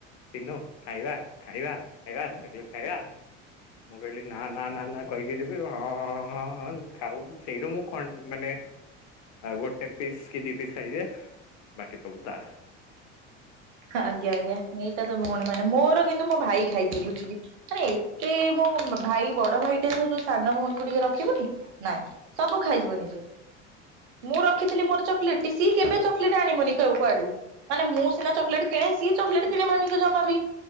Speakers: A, on the left; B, on the right.
A: ଚିହ୍ନୁ ଖାଇବା ଖାଇବା ଖାଇବା ଚକୋଲେଟ ଖାଇବା ମୁଁ କହିଲି ନା ନା ନା ନା କହିକି ଯିବି ହଁଁଁ ଖାଉ ସେଇଟ ମୁଁ ଖ ମାନେ ଗୋଟେ ପିସ୍ କି ଦି ପିସ୍ ଖାଇଦିଏ ବାକି ସବୁ ତାରା।
B: ଆଜ୍ଞା ଆଜ୍ଞା <unintelligible> ତ ଭଉଣୀ ମାନେ ମୋର କିନ୍ତୁ ମୋ ଭାଇ ଖାଇ ଦିଏ ଲୁଚିକି? ମାନ ଏତେ ମୋ ଭାଇ ବଡ ଭାଇଟା ସବୁ ଯୋଉ ସାନ ଭଉଣୀକୁ ଟିକେ ରଖିବୁନି ନାଇଁ। ସବୁ ଖାଇଯିବ ନିଜେ ମୁଁ ରଖିଥିଲି ମୋର ଚକୋଲେଟ ଟି ସିଏ କେବେ ଚକଲେଟ ଆଣିବନି। କେଉ କୁଆଡୁ ମାନେ ମୁଁ ସିନା ଚକଲେଟ କିଣେ ସିଏ ଚକଲେଟ୍ କିଣେ ମାଆଙ୍କୁ ଜମା ବିି।